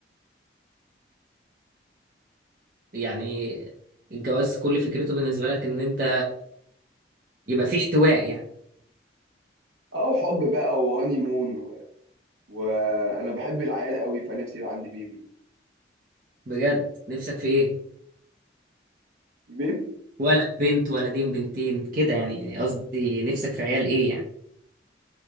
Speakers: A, on the right; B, on the right.
A: يعني الجواز كل فكرته بالنسبة لك ان انت يبقى في احتواء يعني
B: او حب بقى وهاني مون و... وانا بحب العيال قوي فنفسي يبقى عندي بيبي
A: بجد نفسك في ايه؟
B: بيبي
A: ولد بنت ولدين بنتين كده يعني قصدي نفسك في عيال ايه يعني؟